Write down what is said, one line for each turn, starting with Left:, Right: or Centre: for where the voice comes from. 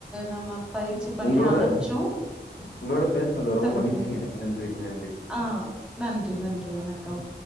Centre: நம்ம பயிற்சி பண்ணி
Left: உங்களோட
Centre: அனுப்பிச்சோ
Left: உங்களோட பேசுனதுல ரொம்ப
Centre: சொல்லுங்க
Left: மகிழ்ச்சிங்க. நன்றி, நன்றி.
Centre: ஆ நன் நன்றி நன்றி வணக்கம்